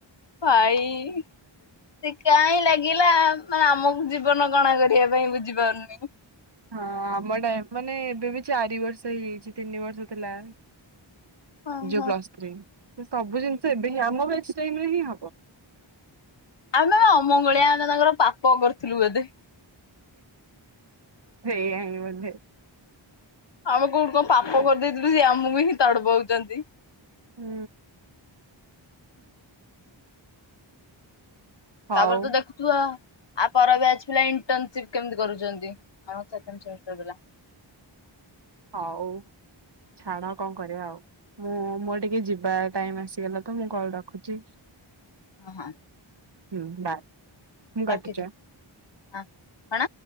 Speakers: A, on the left; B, on the right.
A: ଭାଇ। ସେ କାହିଁ ଲାଗିଲା ମାନେ ଆମକୁ ଜୀବନ କଣା କରିବା ପାଇଁ ବୁଝି ପାରୁନି।
B: ହଁ ଆମ ଟାଇମ ମାନେ ଏବେ ବି ଚାରି ବର୍ଷ ହେଇଯାଇଛି ତିନି ବର୍ଷ ଥିଲା।
A: ହଁ
B: ଯୋଉ
A: ହଁ।
B: ପ୍ଲସତ୍ରି ସେ ସବୁ ଜିନିଷ ଏବେ ହିଁ ଆମ ବ୍ୟଚ ଟାଇମ୍ ରେ ହିଁ ହବ।
A: ଆମେ ପା ଅମଙ୍ଗଳିଆ ଆମେ ତାଙ୍କର ପାପ କରିଥିଲୁ ବୋଧେ।
B: ସେଇଆ ହିଁ ବୋଧେ।
A: ଆମେ କୋଉଠି କଣ ପାପ କରିଦେଇଥିଲୁ ସିଏ ଆମକୁ ହିଁ ତଡ ପଉଛନ୍ତି।
B: ହୁଁ। ହଉ
A: ତାପରେ ତ ଦେଖୁ ଆ ପର ବ୍ୟାଚ ପିଲା ଇଣ୍ଟନସିପ କେମିତି କରୁଛନ୍ତି। <inaudible>
B: ହଉ ଛାଡ କଣ କରିବା ଆଉ। ମୁଁ ମୋର ଟିକେ ଯିବା ଟାଇମ ଆସିଗଲା ତ ମୁଁ କଲ ରଖୁଛି।
A: ହଁ ହଁ।
B: ହୁଁ ବାଏ ମୁଁ <unintelligible>
A: ରଖିଦେ ହଁ କଣ?